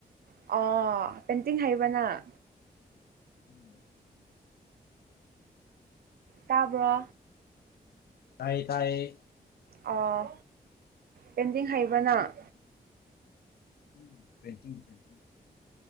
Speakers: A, on the right (about 75°); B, on the left (about 80°).
A: ꯑꯣ ꯄꯦꯟꯇꯤꯡ ꯍꯥꯏꯕ꯭ꯔꯥ ꯅꯪ
B: ꯎꯝ
A: ꯇꯥꯕ꯭ꯔꯣ
B: ꯇꯥꯏꯌꯦ ꯇꯥꯏꯌꯦ
A: ꯑꯣ ꯄꯦꯟꯇꯤꯡ ꯍꯩꯕ꯭ꯔ ꯅꯪ
B: ꯎꯝ ꯄꯦꯟꯇꯤꯡ ꯄꯦꯟꯇꯤꯡ